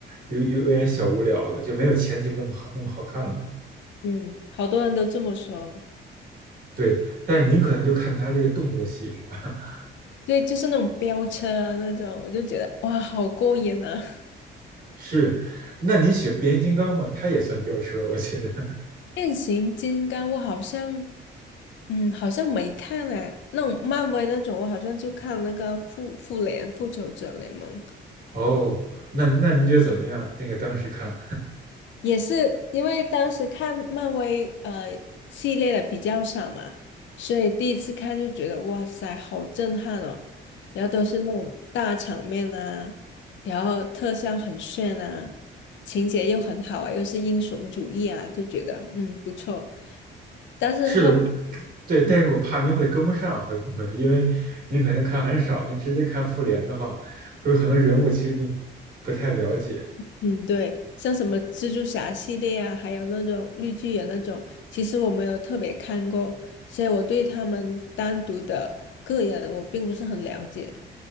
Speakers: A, on the right; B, on the left.
A: 有有有点小无聊了，就没有前几部那么好那么好看了。
B: 嗯，好多人都这么说。
A: 对，但是您可能就看他这个动作戏是吧？<laughs>
B: 对，就是那种飙车啊那种，我就觉得哇，好过瘾啊！
A: 是，那您喜欢变形金刚吗？他也算飙车，我觉得。
B: <laughs> 变形金刚我好像，嗯，好像没看哎、那种漫威那种，我好像就看那个复复联复仇者联盟。
A: 哦，那那您觉得怎么样？那个当时看
B: 也是因为当时看漫威呃系列的比较少嘛，所以第一次看就觉得哇塞，好震撼哦！然后都是那种大场面啊，然后特效很炫啊，情节又很好啊，又是英雄主义啊，就觉得嗯不错。但是后面。
A: 是的，我对，但是我怕您会跟不上，
B: 嗯。
A: 会不会？因为您可能看很少，您直接看复联的话，会有很多人物其实您不太了解。
B: 嗯，对，像什么蜘蛛侠系列啊，还有那种绿巨人那种，其实我没有特别看过，所以我对他们单独的个人我并不是很了解。